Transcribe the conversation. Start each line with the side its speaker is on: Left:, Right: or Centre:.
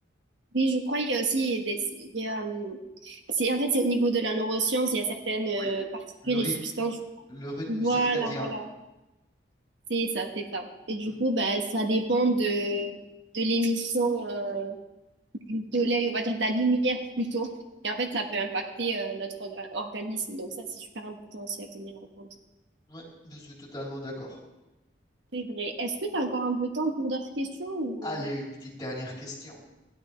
Right: Oui, je crois qu'il y a aussi des, il y a, hum, c'est, en fait, c'est au niveau de la neuroscience, il y a certaines euh,
Left: Oui,
Right: particules
Left: le rythme
Right: et substances.
Left: Le rythme
Right: Voilà,
Left: circadien.
Right: voilà. C'est ça, c'est ça. Et du
Left: Mm.
Right: coup, bah, ça dépend de, de l'émission euh, du soleil, on va dire de la lumière plutôt. Et en fait, ça peut impacter euh, notre orga- organisme. Donc ça, c'est super important aussi à tenir en compte.
Left: Ouais, je suis totalement d'accord.
Right: C'est vrai. Est-ce que tu as encore un peu de temps pour d'autres questions ou,
Left: Allez,
Right: euh,
Left: une petite dernière question.